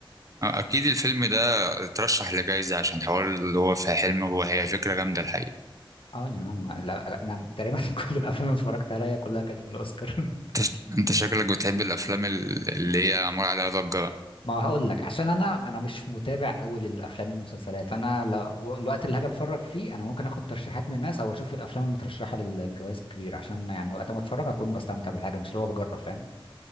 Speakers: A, on the right; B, on the left.
A: آه، اكيد الفيلم ده اترشح لجائزة عشان حوار اللي هو في حلم جوه هي فكرة جامدة الحقيقة
B: اه يا عم لا انا تقريبا <laughs> كل الافلام اللي اتفرجت عليها كلها كانت في الاوسكار
A: انت انت شكلك بتحب الافلام ال- اللي هي معمول عليها ضجة
B: <laughs> ما هقول لك عشان انا انا مش متابع قوي للافلام والمسلسلات انا لو الوقت اللي هاجي اتفرج فيه انا ممكن اخد ترشيحات من الناس او اشوف الافلام المترشحه للجوائز الكبيره عشان يعني وقت ما اتفرج اكون بستمتع بالحاجه مش اللي هو بجرب فاهم